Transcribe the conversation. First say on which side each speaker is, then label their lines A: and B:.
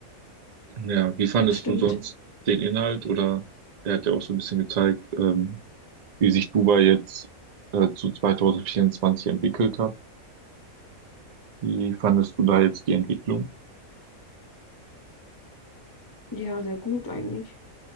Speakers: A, on the right; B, on the left.
A: Ja, wie fandest
B: Das stimmt.
A: du sonst den Inhalt? Oder er hat ja auch so ein bisschen gezeigt, ähm, wie sich Dubai jetzt äh, zu 2024 entwickelt hat. Wie fandest du da jetzt die Entwicklung?
B: Ja, sehr gut eigentlich.